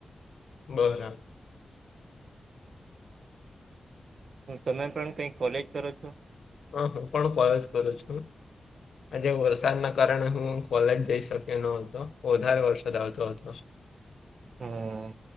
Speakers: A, on the left (about 90°); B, on the right (about 65°).
A: બરા
B: હ તમે પણ કઈ કોલેજ કરો છો.
A: હ હું પણ કોલજ કરું છું. આજે વરસાદના કારણે હું કોલેજ જઈ શક્યો ન હતો વધારે વરસાદ આવતો હતો.
B: હમ